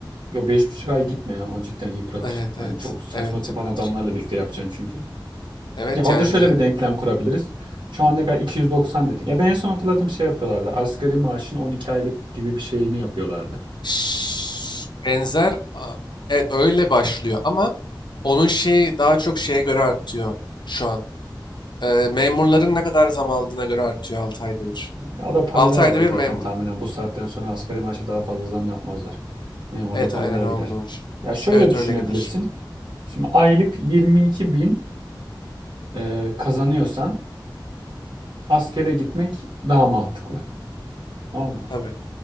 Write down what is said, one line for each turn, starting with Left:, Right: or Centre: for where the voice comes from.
Right: Yo beş buçuk ay gitme ya. O cidden yıpratır.
Left: Evet
Right: Hani
Left: evet
Right: çok saçma
Left: evet
Right: sapan
Left: yıpratır.
Right: adamlarla birlikte yapacaksın çünkü.
Left: Evet
Right: Ya orada
Left: yani
Right: şöyle bir denklem kurabiliriz. Şu an ne kadar 290 dedin. Ya ben en son hatırladığım şey yapıyorlardı. Asgari maaşın 12 aylık gibi bir şeyini yapıyorlardı.
Left: şş, benzer a- evet öyle başlıyor ama onun şeyi daha çok şeye göre artıyor şu an. E, memurların ne kadar zam aldığına göre artıyor 6 ayda bir.
Right: Ya o da paralel
Left: 6
Right: alır
Left: ayda bir
Right: zaten
Left: memur.
Right: tahminen. Bu saatten sonra asgari maaşa daha fazla zam yapmazlar. Memurla
Left: Evet
Right: paralel
Left: aynen olmuyormuş.
Right: gider. Ya şöyle
Left: Evet
Right: düşünebilirsin.
Left: öyle gider.
Right: Şimdi aylık 22 bin e, kazanıyorsan askere gitmek daha mantıklı. Tamam mı?
Left: Tabii.